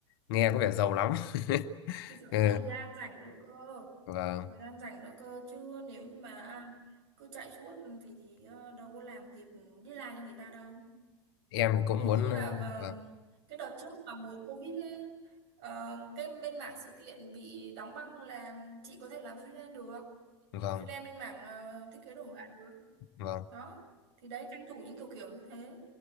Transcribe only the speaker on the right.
thì phải
có thời gian rảnh nữa cơ
thời gian rảnh nữa cơ chứ nếu như mà cứ chạy suốt ừ, thì thì ờ, đâu có làm kịp đi làm cho người ta đâu
ví dụ
như là mà,
cái đợt trước mà mùa Covid ấy, ờ, cái bên mảng sự kiện bị đóng băng là chị có thể làm freelance được
freelance bên mảng ờ, thiết kế đồ họa được
đó thì đấy tranh thủ những kiểu kiểu như thế